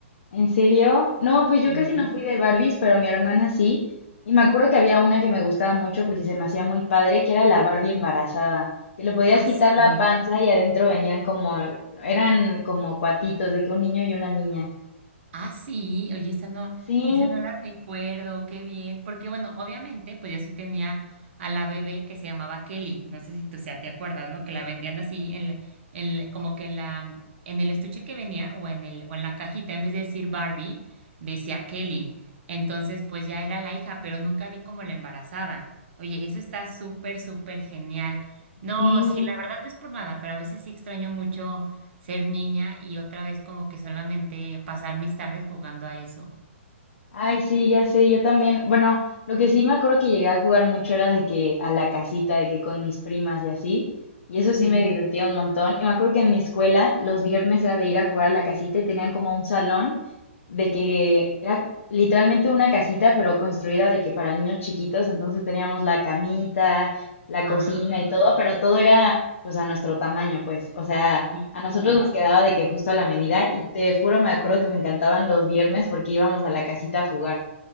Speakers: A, on the left; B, on the right.
A: ¿En serio? No, pues yo
B: Mm.
A: casi no fui de Barbies, pero mi hermana sí. Y me acuerdo que había una que me gustaba mucho porque se me hacía muy padre, que era la Barbie embarazada, que le podías
B: Ah,
A: quitar
B: sí.
A: la panza y adentro venían como, eran como cuatitos de que un niño y una niña.
B: Ah, sí, oye, esa no,
A: Sí,
B: ese no la recuerdo, qué bien, porque bueno, obviamente, pues yo sí tenía a la bebé que se llamaba Kelly, no sé si tú, o sea, te acuerdas, ¿no? Que la vendían así en, la- en la- como que en la, mm, en el estuche que venía o en el, o en la cajita, en vez de decir Barbie, decía Kelly. Entonces, pues ya era la hija, pero nunca vi como la embarazada. Oye, eso está súper, súper genial. No,
A: sí.
B: sí, la verdad no es por nada, pero a veces sí extraño mucho ser niña y otra vez como que solamente pasar mis tardes jugando a eso.
A: Ay, sí, ya sé, yo también. Bueno, lo que sí me acuerdo que llegué a jugar mucho era de que a la casita, de que con mis primas y así. Y eso sí
B: Sí.
A: me divertía un montón. Y me acuerdo que en mi escuela los viernes era de ir a jugar a la casita y tenían como un salón de que era literalmente una casita, pero construida de que para niños chiquitos. Entonces teníamos la camita, la
B: Ah,
A: cocina y todo, pero todo era pues a nuestro tamaño, pues. O sea,
B: sí.
A: a nosotros nos quedaba de que justo a la medida y te juro, me acuerdo que me encantaban los viernes porque íbamos a la casita a jugar.